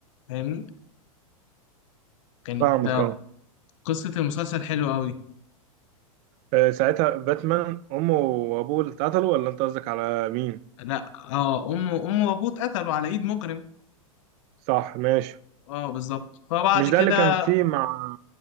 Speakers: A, on the left; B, on the right.
A: فاهمني كانت
B: فاهمك
A: آه،
B: اه
A: قصة المسلسل حلوة قوي
B: آه، ساعتها باتمان أمه وأبوه اللي اتقتلوا ولا أنت قصدك على مين؟
A: لا اه امه امه وابوه اتقتلوا على ايد مجرم
B: صح ماشي
A: اه بالظبط فبعد
B: مش
A: كده
B: ده اللي كان فيه مع